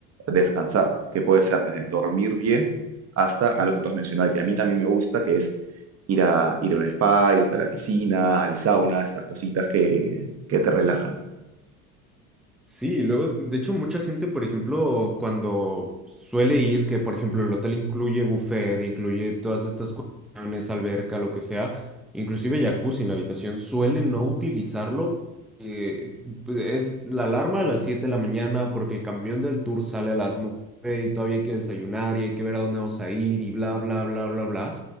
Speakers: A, on the right; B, in the centre.
A: descansar, que puede ser desde dormir bien hasta a lo que tú has mencionado, que a mí también me gusta, que es ir a, ir a un spa, irte a la piscina, al sauna, estas cositas que, que te relajan.
B: Sí, luego, de hecho, mucha gente, por ejemplo, cuando suele ir, que por ejemplo el hotel incluye buffet, incluye todas estas cuestiones, alberca, lo que sea, inclusive jacuzzi en la habitación, suele no utilizarlo. eh, es la alarma a las 7 de la mañana porque el camión del tour sale a las 9 y todavía hay que desayunar y hay que ver a dónde vamos a ir y bla, bla, bla, bla, bla.